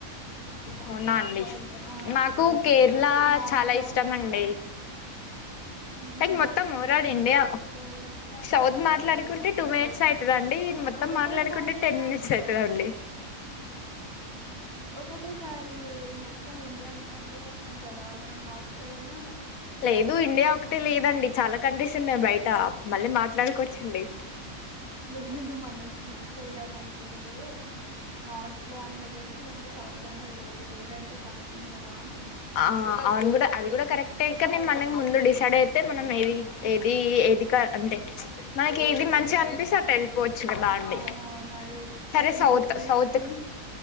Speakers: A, on the left; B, on the right.
A: అవునా అండి
B: ఆ
A: నాకు కేరళ
B: నార్త్
A: చాలా
B: లో
A: ఇష్టం
B: సౌత్
A: అండి
B: మీకు
A: లైక్ మొత్తం
B: నార్త్ లో
A: ఓవరాల్
B: కావాలా
A: ఇండియా
B: సౌత్ లో కావాలా
A: సౌత్ మాట్లాడుకుంటే టూ మినిట్స్ అ రండి ఈ మొత్తం
B: ఒకటేసారి
A: మాట్లాడుకుంటే టెన్ మినిట్స్ అయితదండి
B: ఒకటేసారి మొత్తం ఇ అంత అంటే కష్టం కదా మనం నార్త్ సైడ్ అన్న
A: లేదు ఇండియా ఒకటే లేదండి చాలా కంట్రీస్ ఉన్నాయి బయట మళ్ళీ మాట్లాడుకోవచ్చండి
B: లేదు మనం ట్రిప్కి వెళ్దాం అనుకుంటే నార్త్ లో అన్న వెళ్ళొచ్చు లేదంటే సౌత్ లో అనే వెళ్ళొచ్చు రెండు అంటే కష్టం కదా అంటున్నా
A: ఆ అను కూడా అది కూడా కరెక్టే మ మ ముందు డిసైడ్ అయితే మనం ఏది ఏది ఏది కా అంటే మనకి ఏది మంచిగా అనిపిస్తే అటు వెళ్ళిపోవచ్చు కదా అండి
B: అవున అవును అదే
A: సరే
B: నీకు
A: సౌత్
B: ఎక్కడ
A: సౌత్
B: కావాలి